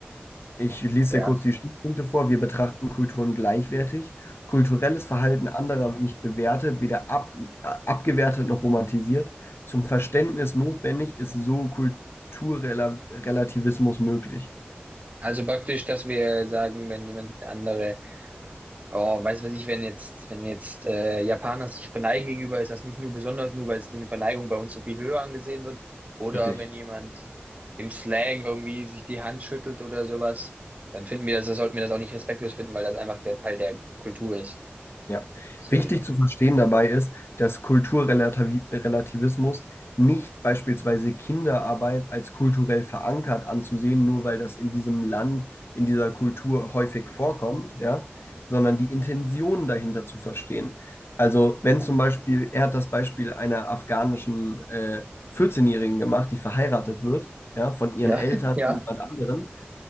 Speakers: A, on the left (about 70°); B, on the right (about 35°).
A: Ich lese
B: ja.
A: dir kurz die Stichpunkte vor. Wir betrachten Kulturen gleichwertig. Kulturelles
B: Mhm.
A: Verhalten anderer wird nicht bewertet, weder ab, äh, abgewertet noch romantisiert. Zum Verständnis notwendig ist so Kulturrelativismus möglich.
B: Also praktisch, dass wir sagen, wenn jemand andere Oh, weiß was ich, wenn jetzt, wenn jetzt äh, Japaner sich verneigen gegenüber, ist das nicht nur besonders, nur weil es in der Verneigung bei uns so viel höher angesehen wird. Oder
A: Richtig.
B: wenn jemand im Slang irgendwie sich die Hand schüttelt oder sowas, dann finden wir das, das sollten wir das auch nicht respektlos finden, weil das einfach der Teil der Kultur ist.
A: Ja.
B: So
A: Wichtig
B: jemand.
A: zu verstehen dabei ist, dass Kulturrelativismus nicht beispielsweise Kinderarbeit als kulturell verankert anzusehen, nur weil das in diesem Land, in dieser Kultur häufig vorkommt, ja, sondern die Intention dahinter zu verstehen. Also wenn zum Beispiel, er hat das Beispiel einer afghanischen äh, 14-Jährigen gemacht, die verheiratet wird, ja, von ihren
B: Ja,
A: Eltern,
B: <laughs> ja.
A: zu jemand anderen,